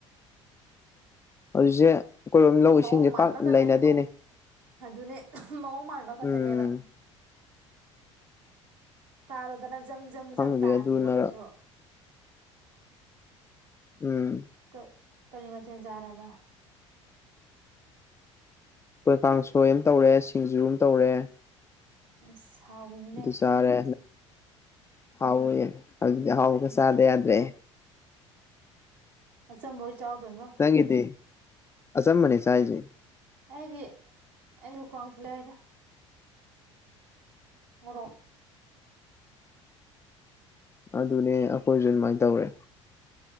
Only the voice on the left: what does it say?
ꯍꯧꯖꯤꯛꯁꯦ ꯀꯣꯏꯔꯣ ꯂꯧ
ꯏꯁꯤꯡꯁꯦ
ꯄꯥꯛ
ꯂꯩꯅꯗꯦꯅꯦ
ꯎꯝ
ꯈꯪꯗꯦ
ꯑꯗꯨꯅꯔ
ꯎꯝ
ꯑꯩꯈꯣꯏ ꯀꯥꯡꯁꯣꯏ ꯑꯃ ꯇꯧꯔꯦ ꯁꯤꯡꯖꯨ ꯑꯃ ꯇꯧꯔꯦ
ꯑꯗꯨ ꯆꯥꯔꯦ ꯍꯥꯎꯋꯌꯦ ꯍꯧꯖꯤꯛꯇꯤ ꯍꯥꯎꯕꯒ ꯆꯥꯗ ꯌꯥꯗ꯭ꯔꯦ
ꯅꯪꯒꯤꯗꯤ ꯑꯆꯝꯕꯅꯦ ꯆꯥꯏꯖꯦ
ꯑꯗꯨꯅꯦ ꯑꯩꯈꯣꯏꯁꯨ ꯑꯗꯨꯃꯥꯏꯅ ꯇꯧꯔꯦ